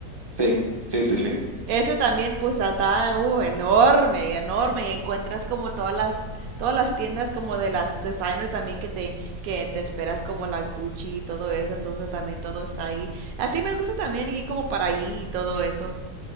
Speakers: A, on the right (about 30°); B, on the right (about 80°).
A: Sí, sí, sí, sí,
B: Ese también, pues, está uh, enorme y enorme. Y encuentras como todas las, todas las tiendas como de las designer también que te, que te esperas como la Gucci y todo eso. Entonces también todo está ahí. Así me gusta también ir como para ahí y todo eso.